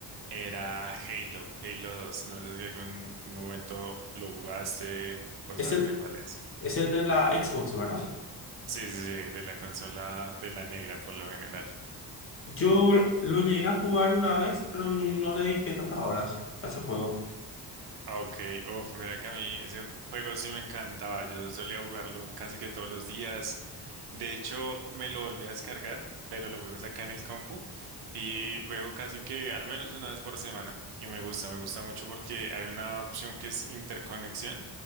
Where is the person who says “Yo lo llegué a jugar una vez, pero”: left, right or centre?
Left